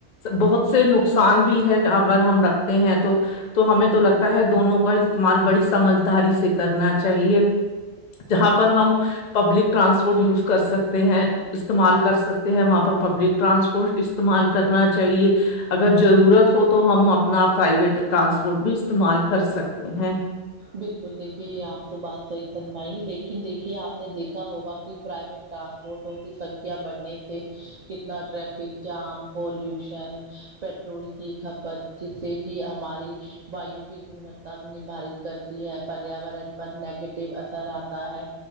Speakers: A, on the left (about 55°); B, on the right (about 80°).
A: بہت سے نقصان بھی ہے اگر ہم رکھتے ہیں تو تو ہمیں تو لگتا ہے دونوں کا استعمال بڑی سمجداری سے کرنا چاہیے جہاں پر ہم پبلک ٹرانسپورٹ یوز کر سکتے ہیں استعمال کر سکتے ہیں وہاں پر پبلک ٹرانسپورٹ استعمال کرنا چاہیے اگر ضرورت ہو تو ہم اپنا پرائیویٹ ٹرانسپورٹ بھی استعمال کر سکتے ہیں
B: بالکل دیکھیے آپ تو بات صحیح فرمائی لیکن دیکھیے آپ نے دیکھا ہوگا کہ پرائیویٹ ٹرانسپورٹوں کی سنکھیا بڑھنے سے کتنا ٹریفک جام پولوشن پٹرول کی کھپت جس سے کہ ہماری وایو کی گنوتا ندھارت کرتی ہے پریاورن پر نیگیٹو اثر آتا ہے